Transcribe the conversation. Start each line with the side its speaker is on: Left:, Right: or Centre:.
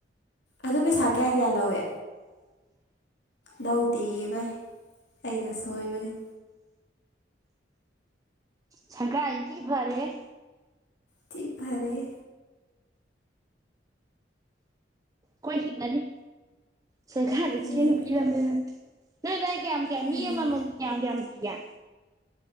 Left: ꯑꯗꯨ ꯄꯩꯁꯥ ꯀꯌꯥ ꯀꯌꯥ ꯂꯧꯏ꯫ ꯂꯧꯗꯦ ꯚꯥꯏ ꯑꯩꯅ ꯁꯣꯏꯕꯅꯤ
Right: ꯁꯔꯀꯥꯔꯗꯤ ꯊꯤ ꯐꯔꯦꯍꯦ
Left: ꯊꯤ ꯐꯔꯦꯍꯦ
Right: ꯈꯣꯏ ꯍꯤꯡꯉꯅꯤ ꯁꯔꯀꯥꯔꯅ
Left: ꯍꯤꯡꯉꯅꯤ
Right: ꯆꯦꯡ ꯄꯤꯔꯝꯅꯤꯅ ꯅꯣꯏ ꯑꯗꯥꯥꯏ ꯀꯌꯥꯝ
Left: ꯍꯤꯡꯉꯅꯤ
Right: ꯃꯤ ꯑꯃꯃꯝꯒꯤ ꯀꯌꯥꯝ ꯀꯌꯥꯝ ꯄꯤꯒꯦ꯫